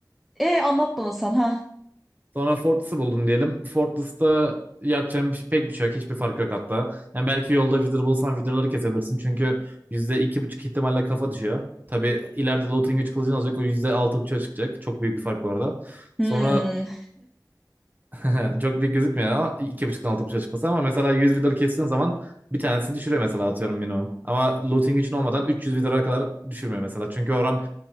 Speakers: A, in the centre; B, on the right.
A: E anlat bana sen ha.
B: Sonra Fortress'ı buldum diyelim. Fortress'ta yapacağım bir, şey- pek bir şey yok. Hiçbir fark yok hatta. Yani belki yolda Wither bulsan Wither'ları kesebilirsin. Çünkü yüzde iki buçuk ihtimalle kafa düşüyor. Tabii ileride Looting 3 kılıcını alacak. O %6,5'a çıkacak. Çok büyük bir fark bu arada.
A: Hmm.
B: Sonra <laughs> çok büyük gözükmüyor ama iki buçuktan altı 6,5'a çıkması. Ama mesela 100 Wither kestiğin zaman bir tanesi düşürüyor mesela atıyorum minimum. Ama Looting için olmadan 300 Wither'a kadar düşürmüyor mesela. Çünkü oran